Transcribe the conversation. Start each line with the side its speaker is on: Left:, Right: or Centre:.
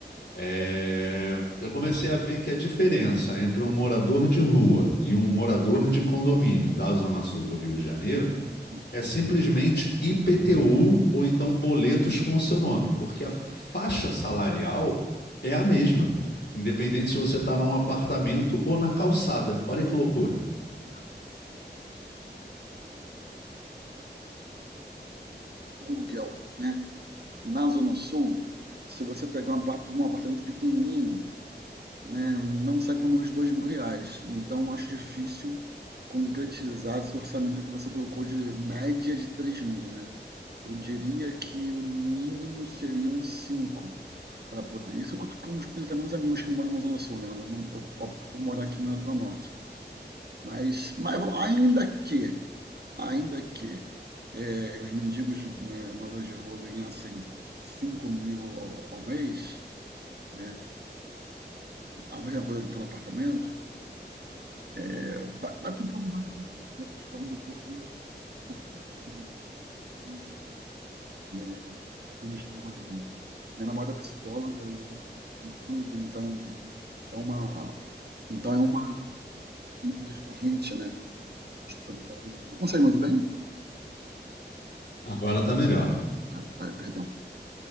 Left: É, eu comecei a ver que a diferença entre um morador de rua e um morador de condomínio da Zona Sul do Rio de Janeiro
Right: hum.
Left: é simplesmente IPTU ou então boletos com o seu nome, porque a faixa salarial é a mesma, independente se você está num apartamento ou na calçada. Olha que loucura.
Right: É, um aluguel, né? Na Zona Sul, se você pegar um apar- um apartamento pequenininho, né, não sai por menos de dois mil reais. Então, acho difícil concretizar esse orçamento que você colocou de média de três mil, né? Eu diria que o mínimo seriam 5 para poder. Isso eu com os meus amigos que moram na Zona Sul, né? Eu, não, não- eu opto por morar aqui na Zona Norte. Mas, mas vão- ainda que, ainda que eh, os mendigos, né, moradores de rua ganhassem cinco mil ao, ao mês, né? A mesma coisa que está no apartamento, eh, vai, vai para um pouco além disso, né? A questão do porquê, porquê a moradores de rua, porquê, né, eles estão ali, né? Minha namorada é psicóloga e ela trabalha com SUS, então é uma, então é uma meio recorrente, né? Sobre os móveis. Consegue me ouvir bem?
Left: Agora tá melhor.
Right: Ah, tá, perdão,